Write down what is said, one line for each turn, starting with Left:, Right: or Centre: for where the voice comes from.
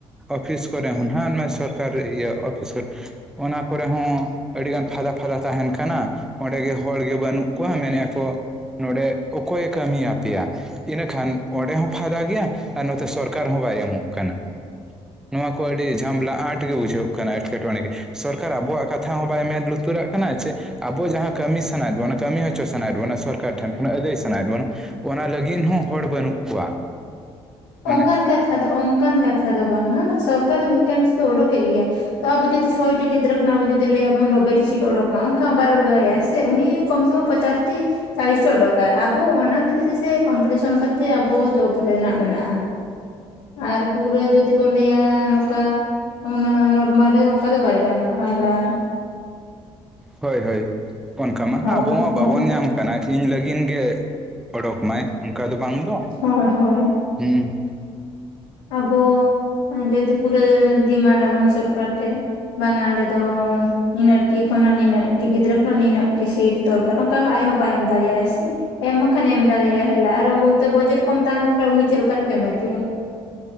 Centre: ᱚᱯᱷᱤᱥ ᱠᱚᱨᱮ ᱱᱟᱦᱟᱜᱸ ᱱᱩᱭ ᱥᱚᱨᱠᱟᱨ ᱥᱚᱨᱠᱟᱨᱤ ᱚᱯᱷᱤᱥ ᱠᱚᱨᱮ ᱦᱚᱸ ᱚᱱᱟ ᱠᱚᱨᱮ ᱦᱚᱸ ᱟᱹᱰᱤ ᱜᱟᱱ ᱯᱷᱟᱫᱟ ᱯᱷᱟᱫᱟ ᱛᱟᱦᱮᱱ ᱠᱟᱱᱟ ᱚᱸᱰᱮ ᱜᱮ ᱦᱚᱲ ᱜᱮ ᱵᱟᱹᱱᱩᱜ ᱠᱚᱣᱟ ᱢᱮᱱᱮᱼᱟᱠᱚ ᱱᱚᱰᱮ ᱚᱠᱚᱭᱮ ᱠᱟᱹᱢᱤᱭᱤ ᱭᱟᱯᱮᱭᱟ ᱤᱱᱟᱹᱠᱷᱟᱱ ᱚᱸᱰᱮ ᱦᱚᱸ ᱯᱷᱟᱭᱫᱟ ᱜᱮᱭᱟ ᱟᱨ ᱱᱚᱛᱮ ᱥᱚᱨᱠᱟᱨ ᱦᱚᱸ ᱵᱟᱭ ᱮᱢᱚᱜ ᱠᱟᱱᱟ ᱱᱚᱣᱟ ᱠᱚ ᱟᱹᱰᱤ ᱡᱷᱟᱢᱞᱟ ᱟᱸᱴ ᱜᱮ ᱵᱩᱡᱷᱟᱹᱜᱽ ᱠᱟᱱᱟ ᱮᱴᱠᱮᱴᱚᱬᱮ ᱜᱮ ᱥᱚᱨᱠᱟᱨ ᱟᱵᱚᱣᱟᱜ ᱠᱟᱛᱷᱟ ᱦᱚᱸ ᱵᱟᱭ ᱢᱮᱫ ᱞᱩᱛᱩᱨ ᱩᱛᱟᱹᱨᱟᱜ ᱠᱟᱱᱟ ᱡᱮ ᱟᱵᱚ ᱡᱟᱦᱟᱸ ᱠᱟᱹᱢᱤ ᱥᱟᱱᱟᱭᱮᱫ ᱵᱚᱱᱟ ᱠᱟᱹᱢᱤ ᱦᱚᱪᱚ ᱥᱟᱱᱟᱭᱮᱫ ᱵᱚᱱᱟ ᱥᱚᱨᱠᱟᱨ ᱴᱷᱮᱱ ᱠᱷᱚᱱ ᱟᱹᱫᱟᱹᱭ ᱥᱟᱱᱟᱭᱮᱫ ᱵᱚᱱᱟ ᱚᱱᱟ ᱞᱟᱹᱜᱤᱫ ᱦᱚᱸ ᱦᱚᱲ ᱵᱟᱹᱱᱩᱜ ᱠᱚᱣᱟ ᱚᱱᱮ
Left: ᱚᱝᱠᱟᱱ ᱠᱟᱛᱷᱟ ᱫᱚ ᱚᱝᱠᱟᱱ ᱠᱟᱛᱷᱟ ᱫᱚ ᱵᱟᱝᱟ ᱥᱚᱨᱠᱟᱨ ᱫᱚ ᱵᱷᱮᱠᱮᱱᱥᱤ ᱫᱚ ᱳᱰᱳᱠᱮᱫ ᱜᱮᱭᱟ ᱛᱚ ᱟᱵᱚ ᱡᱩᱫᱤ ᱥᱚᱭ ᱴᱤ ᱜᱤᱫᱽᱨᱟᱹ ᱠᱷᱚᱱ ᱟᱵᱚ ᱡᱩᱫᱤ ᱞᱟᱭᱟᱵᱚᱱ ᱱᱚᱵᱮ ᱴᱤ ᱥᱤᱴ ᱚᱰᱳᱠᱢᱟ ᱚᱱᱠᱟ ᱢᱟ ᱵᱟᱭ ᱳᱰᱳᱠ ᱫᱟᱲᱮᱭᱟᱭ ᱥᱮ ᱩᱱᱤ ᱠᱚᱢ ᱥᱮ ᱠᱚᱢ ᱯᱟᱪᱟᱥ ᱴᱤ ᱪᱟᱲᱤᱥ ᱴᱤ ᱚᱰᱳᱠ ᱟᱭ ᱟᱵᱚ ᱚᱱᱟ ᱵᱷᱤᱛᱨᱤ ᱨᱮ ᱠᱚᱢᱯᱤᱴᱤᱥᱚᱱ ᱠᱟᱛᱮᱫ ᱟᱵᱚ ᱡᱚᱵ ᱨᱮᱱᱟᱜ ᱢᱮᱱᱟᱜᱼᱟ᱾ ᱟᱨ ᱯᱩᱨᱟᱹ ᱡᱩᱫᱤ ᱵᱚᱱ ᱞᱟᱹᱭᱟ ᱱᱚᱝᱠᱟ ᱩᱱᱟᱹᱜ ᱱᱚᱨᱢᱟᱞᱤ ᱚᱱᱠᱟ ᱫᱚ ᱵᱟᱭ ᱜᱟᱱᱚᱜᱼᱟ ᱮᱞᱟ
Centre: ᱦᱳᱭ ᱦᱳᱭ ᱚᱱᱠᱟ ᱢᱟ
Left: ᱦᱳᱭ
Centre: ᱟᱵᱚ ᱢᱟ ᱵᱟᱵᱚᱱ
Left: ᱦᱳᱭ
Centre: ᱧᱟᱢ ᱠᱟᱱᱟ ᱤᱧ ᱞᱟᱹᱜᱤᱱ ᱜᱮ ᱚᱰᱳᱠ ᱢᱟᱭ ᱚᱱᱠᱟ ᱫᱚ ᱵᱟᱝ ᱫᱚ
Left: ᱦᱳᱭ ᱦᱳᱭ
Centre: ᱦᱩᱸ
Left: ᱟᱵᱚ ᱡᱚᱫᱤ ᱯᱩᱨᱟᱹ ᱰᱤᱢᱟᱱᱰ ᱟᱵᱚᱱ ᱥᱚᱨᱠᱟᱨ ᱴᱷᱮᱱ ᱵᱟᱝᱼᱟ ᱟᱞᱮ ᱫᱚ ᱱᱤᱱᱟᱹᱜ ᱴᱤ ᱠᱷᱚᱱᱟᱜ ᱱᱤᱱᱟᱹᱜ ᱴᱤ ᱜᱤᱫᱽᱨᱟᱹ ᱠᱷᱚᱱᱟᱜ ᱱᱤᱱᱟᱹᱜ ᱴᱤ ᱥᱤᱴ ᱫᱚᱨᱠᱟᱨ ᱚᱱᱠᱟ ᱟᱡᱽ ᱦᱚᱸ ᱵᱟᱭ ᱮᱢ ᱫᱟᱲᱮᱭᱟᱭ ᱥᱮ ᱮᱢ ᱢᱮᱠᱷᱟᱱ ᱮᱢ ᱫᱟᱲᱮᱭᱟᱜ-ᱟᱭ ᱦᱮᱞᱟ ᱟᱨᱦᱚᱸ ᱚᱱᱛᱮ ᱵᱟᱡᱮᱴ ᱠᱚᱢ ᱛᱟᱦᱮᱸ ᱠᱷᱟᱱ ᱩᱱᱤ ᱪᱮᱫ ᱞᱮᱠᱟᱨᱮᱭ ᱯᱮᱢᱮᱱᱴ ᱮᱭᱟᱭ